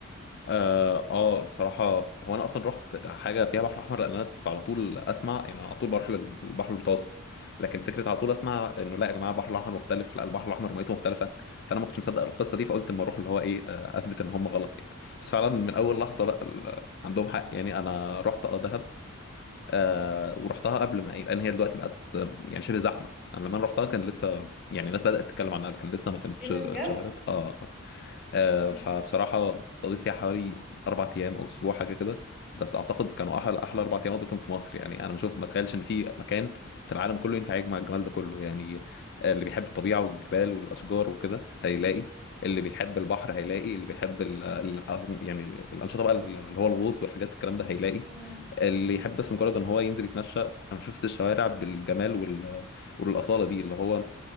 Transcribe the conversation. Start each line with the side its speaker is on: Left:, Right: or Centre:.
Left: اه آه، بصراحة هو انا اصلا رحت حاجة فيها بحر احمر لان انا كنت على طول اسمع يعني أنا على طول بروح للبحر المتوسط لكن فكرة على طول اسمع انه لا يا جماعة البحر الاحمر مختلف لا البحر الاحمر ميته مختلفة فانا ما كنتش مصدق القصة دي فقلت اما اروح اللي هو ايه آه، اثبت ان هم غلط يعني بس فعلا من اول لحظة لا ال- عندهم حق يعني انا رحت اه دهب آه ورحتها قبل ما إيه، لان هي دلوقتي بقت آه، يعني شبه زحمة انا لما انا رحتها كان لسه يعني الناس بدأت تتكلم عنها كان لسه ما كانتش
Centre: ايه ده
Left: اتشهرت
Centre: بجد
Left: اه آه. آه،
Centre: مم.
Left: فبصراحة قضيت فيها حوالي أربع أيام أو أسبوع حاجة كده بس أعتقد كانوا أحلى أحلى أربع أيام قضيتهم في مصر يعني أنا بشوف ما أتخيلش إن في مكان في العالم كله ينفع يجمع الجمال ده كله يعني آه، اللي بيحب الطبيعة والجبال والأشجار وكده هيلاقي اللي بيحب البحر هيلاقي اللي بيحب ال ال يعني الأنشطة بقى اللي هو الغوص والحاجات الكلام ده هيلاقي
Centre: مم.
Left: اللي يحب بس مجرد إن هو ينزل يتمشى أنا شفت الشوارع بالجمال وال والأصالة دي اللي هو